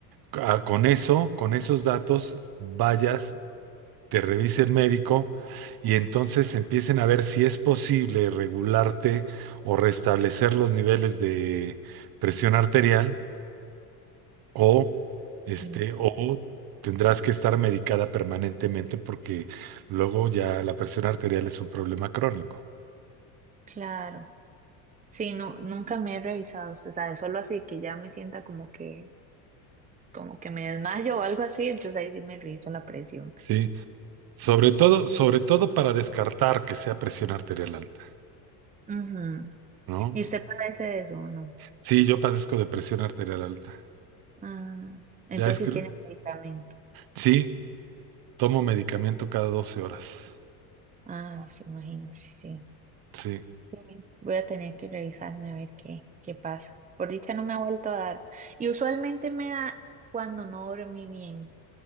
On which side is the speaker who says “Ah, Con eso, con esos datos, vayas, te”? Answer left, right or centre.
Right